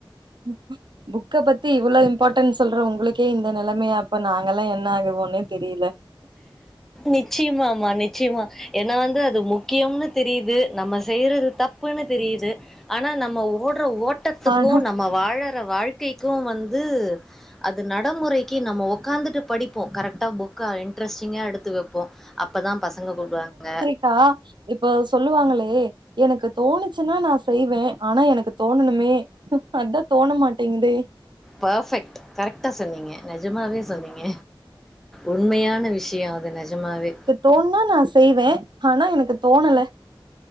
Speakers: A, on the right; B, in the centre.
A: ம் ம் புக்க பத்தி இவ்ளோ இம்பார்ட்டண்ஸ் சொல்ற உங்களுக்கே இந்த நிலமையா அப்ப நாங்க எல்லா என்ன ஆகுமோன்னே தெரில
B: நிச்சியமாம்மா நிச்சியமா ஏன்னா வந்து அது முக்கியம்னு தெரியுது நம்ம செய்யறது தப்புன்னு தெரிது ஆனா நம்ம ஓட்ற ஓட்டத்துக்கு
A: ஆனா
B: நம்ம வாழற வாழ்க்கைக்கு வந்து அது நடைமுறைக்கு நம்ம உக்காந்துட்டு படிப்போ கரெக்டா புக்கா இன்ட்ரெஸ்டிங்கா எடுத்து வெப்போ அப்ப தா பசங்க கூப்புடுவாங்க
A: டா இப்போ சொல்லுவாங்களே எனக்கு தோணுச்சுன்னா நா செய்வ ஆனா எனக்கு தோணணுமே அதா தோண மாட்டேங்குதே
B: பர்ஃபெக்ட் கரெக்ட்டா சொன்னீங்க நிஜமாவே சொன்னீங்க உண்மையான விஷயம் அது நிஜமாமே
A: தோண்ணா நா செய்வே ஆனா எனக்கு தோணல